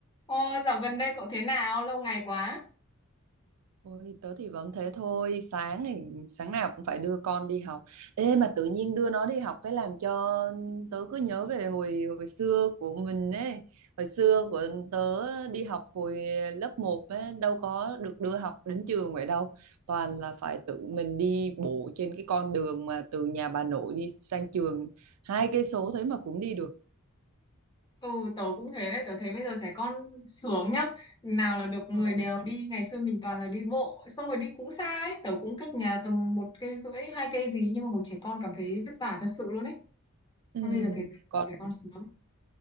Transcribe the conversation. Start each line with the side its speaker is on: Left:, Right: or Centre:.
Left: Ô, dạo gần đây cậu thế nào? Lâu ngày quá.
Right: Ôi, tớ thì vẫn thế thôi sáng thì sáng nào cũng phải đưa con đi học ê mà tự nhiên đưa nó đi học cái làm cho tớ cứ nhớ về hồi hồi xưa của mình ấy hồi xưa của tớ đi học hồi lớp một ấy đâu có được đưa học đến trường vậy đâu toàn là phải tự mình đi bộ trên cái con đường mà từ nhà bà nội đi sang trường hai cây số thế mà cũng đi được
Left: Ừ, tớ cũng thế đấy. Tớ thấy bây giờ trẻ con sướng nhá. Nào là được người
Right: ừ.
Left: đều đi. Ngày xưa mình toàn là đi bộ. Xong rồi đi cũng xa ấy. Tớ cũng cách nhà tầm một cây rưỡi, hai cây gì. Nhưng mà một trẻ con cảm thấy vất vả thật sự luôn ấy.
Right: Ừ.
Left: Mà bây giờ thấy
Right: Còn
Left: trẻ con sướng.